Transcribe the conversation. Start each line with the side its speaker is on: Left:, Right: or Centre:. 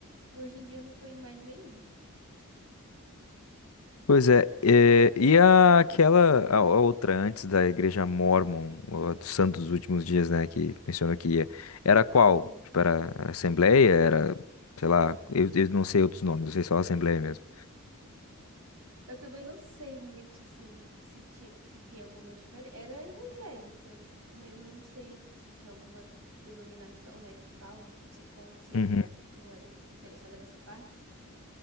Right: hoje em dia eu não tô indo em mais nenhuma.
Left: Pois é, é, e a, aquela, a, a outra antes da igreja Mórmon, ou a dos Santos dos Últimos Dias, né, que mencionou que ia, era qual?
Right: Uhum.
Left: Tipo, era a Assembleia, era, sei lá, eu, eu não sei outros nomes, eu sei só a Assembleia mesmo.
Right: Eu também não sei muito assim se tinha, se tem alguma diferença. Era evangélica, mas eu não sei se tinha alguma denominação, né, que falam, não sei qual seria.
Left: Uhum.
Right: Não era muito interessada nessa parte.